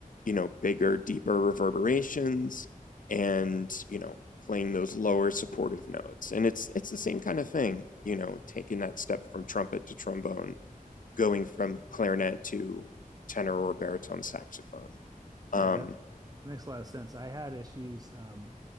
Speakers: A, on the left (about 65°); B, on the right (about 25°).
A: you know bigger deeper reverberations and you know playing those lower supportive notes. And it's it's the same kind of thing, you know, taking that step from trumpet to trombone, going from clarinet to tenor or baritone saxophone. Um,
B: Yeah, that that makes a lot of sense. I had issues um,